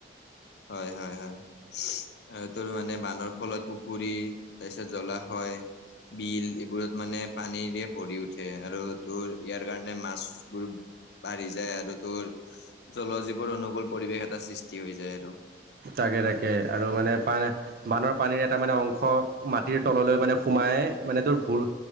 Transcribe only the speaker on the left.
হয় হয় হয়। আৰু তোৰ মানে বানৰ ফলত পুখুৰী, তাৰপিছত জলাশয় বিল এইবোৰত মানে পানীৰে ভৰি উঠে আৰু তোৰ ইয়াৰ কাৰণে মাছবোৰ বাঢ়ি যায় আৰু তোৰ জলজীৱৰ অনুকুল পৰিৱেশ এটা সৃষ্টি হৈ যায় আৰু।